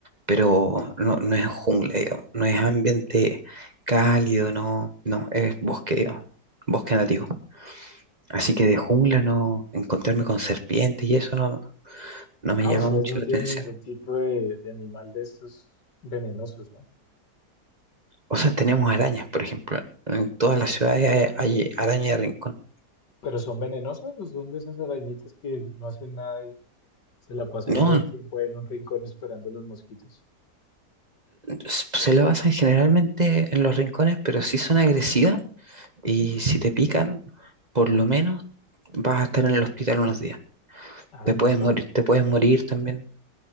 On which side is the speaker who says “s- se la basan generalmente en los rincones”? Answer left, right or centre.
Right